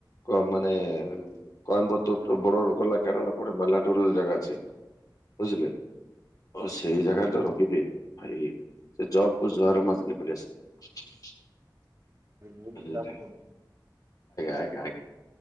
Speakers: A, on the left; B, on the right.
A: କ ମାନେ <unintelligible> ବର୍ଡ଼ର ଗଲା କେରଳ ପରେ ମାଲାଟୁର ଜାଗା ଅଛି। ବୁଝିଲେ, ଓ
B: ଆଚ୍ଛା
A: ସେଇ ଜାଗାରେ ତ ର ଦିଦି, ଭାଇ, ସେ ଜବ୍ କୁ ଜୁହାର ମାରିଦେଲି ପଳି ଆସିଲି।
B: ଭାଇ, ମୁଁ ବି
A: ଆଜ୍ଞା,
B: ବ୍ରାହ୍ମଣ ନୁହେଁ।
A: ଆଜ୍ଞା, ଆଜ୍ଞା।